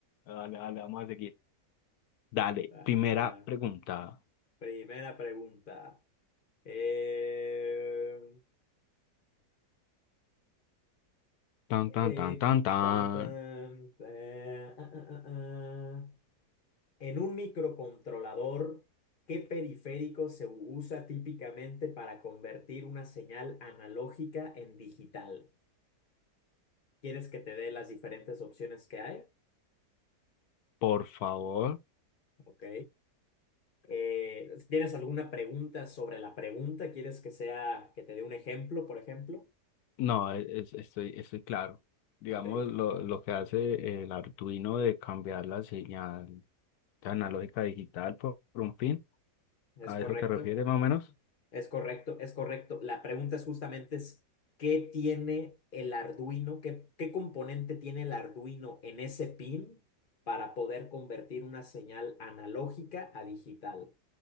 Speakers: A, on the left; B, on the left.
A: No, dale dale vamos a seguir. Dale,
B: Ah,
A: primera
B: ah.
A: pregunta.
B: Primera pregunta. Eh,
A: Tan, tan,
B: Eh,
A: tan, tan, tan.
B: tan, tan, eh, ah, ah, ah, ah. En un microcontrolador, ¿qué periférico se usa típicamente para convertir una señal analógica en digital? ¿Quieres que te dé las diferentes opciones que hay?
A: Por favor.
B: Ok. Eh, ¿tienes alguna pregunta sobre la pregunta? ¿Quieres que sea, que te dé un ejemplo, por ejemplo?
A: No, e-, es- estoy, estoy claro. Digamos,
B: Ok,
A: lo, lo que hace el Arduino de cambiar la señal de analógica a digital por, por un pin,
B: es
A: ¿a
B: correcto.
A: eso te refieres más o menos?
B: Es correcto, es correcto. La pregunta es justamente es, ¿qué tiene el Arduino? ¿Qué, qué componente tiene el Arduino en ese pin para poder convertir una señal analógica a digital?